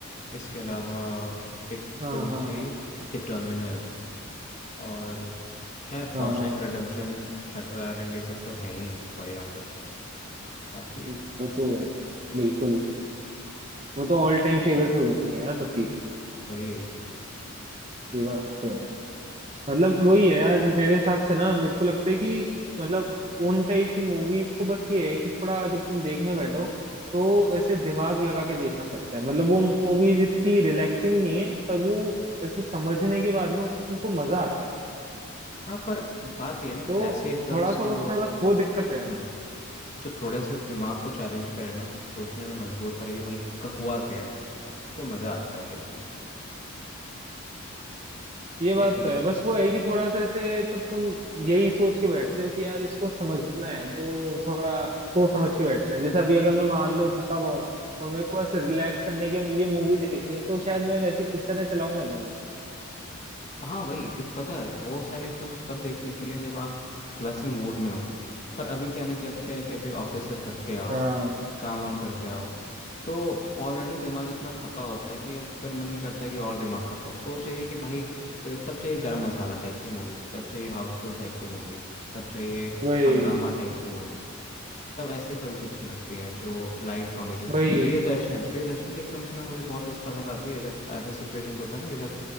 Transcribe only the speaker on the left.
इसके अलावा एक
फिल्म
थी
द टर्मिनल और खैर शॉशैंक
रिडेम्पशन शटर आइलैंड ये सब तो हैं ही बढ़िया फिल्म्स बाकी
वही
हाँ पर बात ये है ना कि
ऐसी फिल्म्स
जो
हाँ, जो थोड़े से दिमाग को चैलेंज करे ना सोचने में मजबूर करे कि भाई क- हुआ क्या है तो मजा आता है देखने में
है कि
हाँ वही क्योंकि पता है वो सारे फिल्म्स तब देखने के लिए जब आप वैसे मूड में हो पर अभी क्या ना कि अब क्या है कि अभी ऑफिस से थक के आओ
काम वाम करके आओ तो ऑलरेडी दिमाग इतना खपा होता है कि अब फिर मन नहीं करता है कि और दिमाग खपाओ तो चाहिए कि भाई अ, तब चाहिए गरम मसाला टाइप की मूवी तब चाहिए हाउसफुल टाइप की मूवी तब चाहिए
हंगामा टाइप की मूवी तब ऐसी फिल्म्स अच्छी लगती हैं जो लाइट कॉमेडी हो
प्रियदर्शन प्रियदर्शन की फिल्म से ना मुझे बहुत बहुत पसंद आती है जब ऐसे सिचुएशंस होते हैं ना कि जब